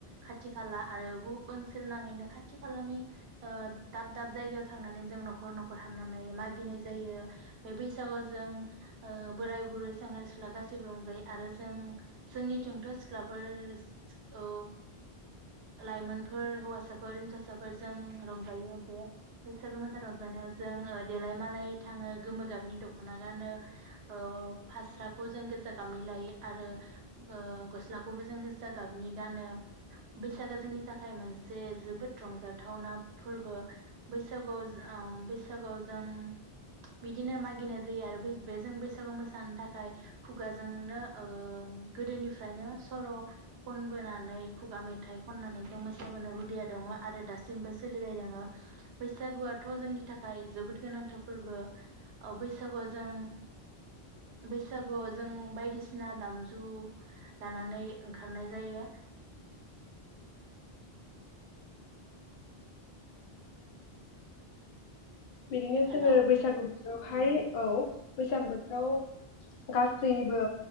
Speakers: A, on the right; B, on the left.
A: खाथि खाला आरो बु ओनसोल नाङैनो खाथि खालानि ओ दाब दाब जायगायाव थांनानै जों न'खर न'खर हामनानै मागिनाय जायो। बे बैसागुआव जों ओ बोराय बुरै सेंग्रा सिख्ला गासैबो रंजायो आरो जों जोंनिथिंथ' सिख्ला फोर औ लाइमोन फोर हौसाफोर हिनजावसाफोर जों रंजायो बे बैसागु मोसा रंजानायाव जों ओ देलाय मालाय थाङो गोमो गाबनि दख'ना गानो ओ फास्राखौ जों गोजा गाबनि लायो आरो ओ गस्ला खौबो जों गोजा गाबनि गानो। बैसागोआ जोंनि थाखाय मोनसे जोबोद रंजाथावना फोरबो। बैसागुआव जोओम बैसागुआव जों बिदिनो मागिनाय जायो आरो बै बे जों बैसागु मोसानो थाखाय खुगाजोंनो ओ गोदोनिफ्रायनो सल' खनबोनानै खुगा मेथाइ खननानै जों मोसाबोनो हुदिया दङ आरो दासिमबो सोलिबाय दोङो। बैसागुआथ' जोंनि थाखाय जोबोद गोनांथार फोरबो बैसागुआव जों बैसागुआव जों बायदिसिना दामजु लानानै ओंखारनाय जायो।
B: बिदिनो जोङो
A: हेलौ
B: बैसागु बोथोरावहाय
A: उम
B: औ बैसागो बोथोराव गासैबो